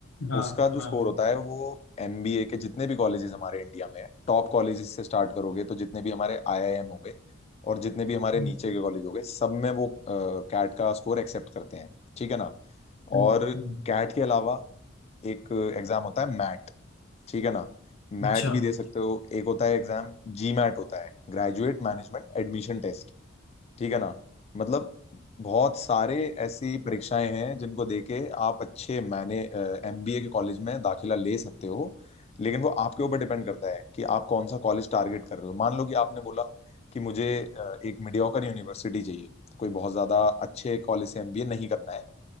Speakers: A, on the left; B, on the left.
A: हाँ
B: उसका जो
A: हाँ
B: स्कोर
A: हम्म,
B: होता है वो एमबीए के जितने भी कॉलेजेस हमारे इंडिया में है टॉप कॉलेजेस से स्टार्ट करोगे तो जितने भी हमारे आईआईएम हो गए और जितने भी हमारे
A: हम्म,
B: नीचे के कॉलेज हो गए सब में वो कैट का स्कोर एक्सेप्ट करते हैं ठीक है ना
A: हम्म,
B: और
A: हम्म,
B: कैट के अलावा एक एग्जाम होता है मैट ठीक है ना मैट
A: अच्छा
B: भी दे सकते हो एक होता है एग्जाम जी मैट होता है ग्रेजुएट मैनेजमेंट एडमिशन टेस्ट ठीक है ना मतलब बहुत सारे ऐसी परीक्षाएं हैं जिनको देके आप अच्छे मैंने एमबीए के कॉलेज में दाखिला ले सकते हो लेकिन वो आपके ऊपर डिपेंड करता है कि आप कौन सा कॉलेज टारगेट कर रहे हो मान लो कि आपने बोला कि मुझे अ, एक मीडियोकर यूनिवर्सिटी चाहिए तो कोई बहुत ज्यादा अच्छे कॉलेज से एमबीए नहीं करना है